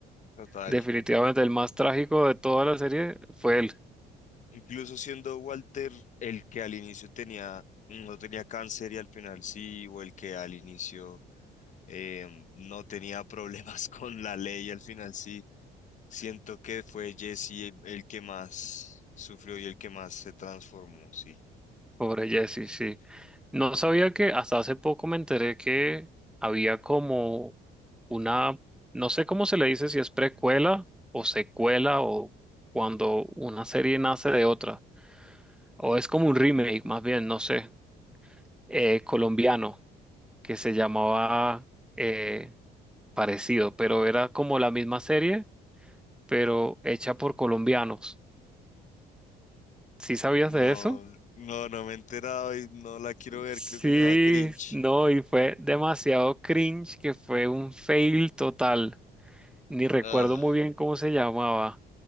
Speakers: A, on the left (about 45°); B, in the centre.
A: total.
B: Definitivamente el más trágico de toda la serie fue él,
A: Incluso siendo Walter el que al inicio tenía, no tenía cáncer y al final sí, o el que al inicio em, no tenía problemas <laughs> con la ley y al final sí. Siento que fue Jesse el, el que más sufrió y el que más se transformó, sí,
B: pobre Jesse,
A: sí, sí.
B: sí. No sabía que hasta hace poco me enteré que había como una... No sé cómo se le dice si es precuela o secuela o cuando una serie nace de otra. O es como un remake, más bien, no sé. eh, colombiano. que se llamaba eh, parecido, pero era como la misma serie, pero hecha por colombianos. ¿Sí sabías
A: No,
B: de eso?
A: no, no me he enterado y no la quiero ver,
B: Sí,
A: creo que me da cringe.
B: no, y fue demasiado cringe que fue un fail total. Ni recuerdo
A: Ah.
B: muy bien cómo se llamaba,